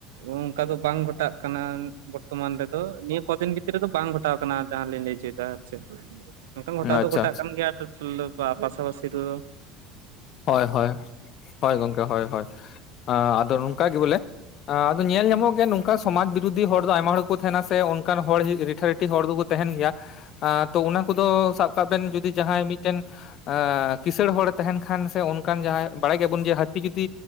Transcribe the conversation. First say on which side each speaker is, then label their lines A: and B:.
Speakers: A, on the right; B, on the left.
A: ᱚᱱᱠᱟ ᱫᱚ ᱵᱟᱝ ᱜᱷᱚᱴᱟᱜ ᱠᱟᱱᱟ ᱵᱚᱨᱛᱚᱢᱟᱱ ᱨᱮᱫᱚ ᱾ ᱱᱤᱭᱟᱹ ᱠᱚᱫᱤᱱ ᱵᱷᱤᱛᱨᱤ ᱨᱮ ᱫᱚ ᱵᱟᱝ ᱜᱷᱚᱴᱟᱣ ᱟᱠᱟᱱᱟ ᱡᱟᱦᱟᱸ ᱞᱤᱧ ᱞᱟᱹᱭ ᱦᱚᱪᱚᱭ ᱮᱫᱟ ᱟᱨ ᱪᱮᱫ <inaudible> ᱱᱚᱝᱠᱟᱱ ᱜᱷᱚᱴᱟᱣ
B: ᱟᱪᱪᱷᱟ
A: ᱫᱚ
B: ᱟᱪᱪᱷᱟ
A: ᱜᱷᱚᱴᱟᱜ ᱠᱟᱱ ᱜᱮᱭᱟ ᱾ <unintelligible> ᱯᱟᱥᱟ ᱯᱟᱹᱥᱤ ᱨᱮᱫᱚ
B: ᱦᱚᱭ ᱦᱚᱭ, <inaudible> ᱦᱚᱭ ᱜᱚᱝᱠᱮ ᱦᱚᱭ ᱦᱚᱭ ᱾ ᱟᱻ ᱟᱫᱚ ᱱᱚᱝᱠᱟ ᱜᱮ ᱵᱚᱞᱮ ᱾ ᱟᱻ ᱟᱫᱚ ᱧᱮᱞ ᱧᱟᱢᱚᱜ ᱜᱮᱭᱟ ᱱᱚᱝ ᱠᱟ ᱥᱚᱢᱟᱡ ᱵᱤᱨᱩᱫᱷᱤ ᱦᱚᱲ ᱫᱚ ᱟᱭᱢᱟ ᱦᱚᱲ ᱜᱤ ᱠᱚ ᱛᱟᱦᱮᱱᱟ ᱥᱮ ᱚᱱᱠᱟᱱ ᱦᱚᱲ ᱨᱤᱴᱷᱟ ᱨᱤᱴᱤᱷᱤ ᱦᱚᱲ ᱫᱚᱠᱚ ᱛᱟᱦᱮᱱ ᱜᱮᱭᱟ ᱾ ᱟᱻ ᱛᱚ ᱚᱱᱟ ᱠᱚᱫᱚ ᱥᱟᱵ ᱠᱟᱜ ᱵᱮᱱ ᱡᱩᱫᱤ ᱡᱟᱦᱟᱸᱭ ᱢᱤᱫᱴᱮᱱ ᱟᱻ ᱠᱤᱥᱟᱹᱬ ᱦᱚᱲᱮ ᱛᱟᱦᱮᱱ ᱠ ᱠᱷᱟᱱ ᱥᱮ ᱚᱱᱠᱟᱱ ᱡᱟᱦᱟᱸᱭ ᱵᱟᱲᱟᱭ ᱜᱮᱭᱟᱵᱚᱱ ᱡᱮ ᱦᱟᱹᱛᱤ ᱡᱩᱫᱤ